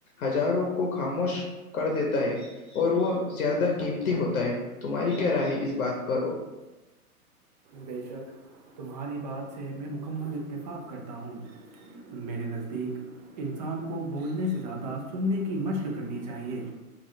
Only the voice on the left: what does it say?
ہزاروں کو خاموش کر دیتا ہے اور وہ زیادہ قیمتی ہوتا ہے تمہاری کیا رائے ہے اس بات پر